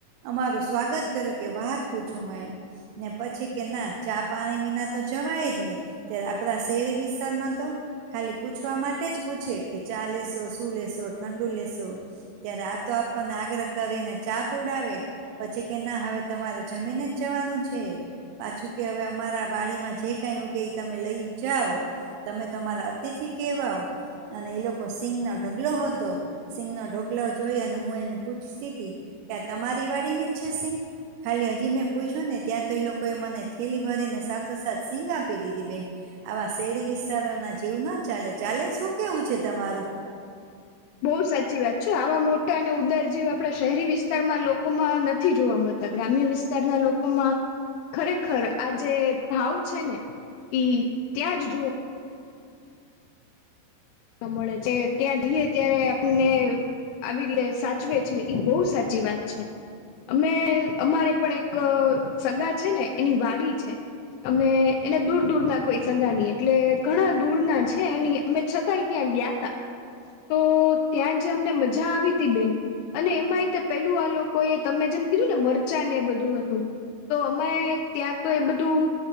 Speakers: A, on the right; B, on the left.
A: અમારું સ્વાગત કર્યું કે વાત પૂછો મે એમ. ને પછી કે ના, ચા પાણી વિના તો જવાય જ નહી. ત્યારે આપણા શેરી વિસ્તારમાં તો ખાલી પૂછવા માટે જ પૂછે, કે ચા લેશો શું લેશો ઠંડુ લેશો? ત્યારે આ તો આપણને આગ્રહ કરીને ચા પીવડાવે. પછી કે ના હવે તમારે જમીન જ જવાનું છે. પાછું કે હવે અમારા વાડીમાં જે કઈ ઉગે તમે લઈ જાવ તમે અમારા અતિથિ કેહવાવ. અને એ લોકો સિંગનો ઢગલો હતો. સિંંગનો ઢોગલો જોઈ અને હું એને પૂછતી તી કે તમારી વાડીની જ છે સિંંગ? ખાલી હજી મેં પૂછ્યું ને ત્યાં તો એ લોકોએ મને થેલી ભરીને સાથોસાથ સીંગ આપી દીધી બેન. આવા શેરી વિસ્તારો ના જીવ ના ચાલે ચાલે શું કેવું છે તમારું?
B: બહુ સાચી વાત છે આવા મોટા અને ઉદાર જીવ આપણા શહેરી વિસ્તારમાં લોકોમાં નથી જોવા મળતા. ગ્રામ્ય વિસ્તારના લોકોમાં ખરેખર આ જે ભાવ છે ને ઈ ત્યાં જ જોવા મળે છે. ત્યાં જઈએ ત્યારે આપને આવી રીતે સાચવે છે એ બહુ સાચી વાત છે. અમે અમારે પણ એક સગા છે ને એની વાડી છે. અમે એને દૂર દૂર ના કોઈ સગા નહ એટલે ઘણા દૂર ના છે. એની અમે ત્યાં ગયાતા તો ત્યાં જે અમને મજા આવી ત બેન. અને એમાંયતે પેલું આ લોકો એ તમે જેમ કીધું ને મરચા ને એ બધું હતું. તો અમે ત્યાં તો એ બધું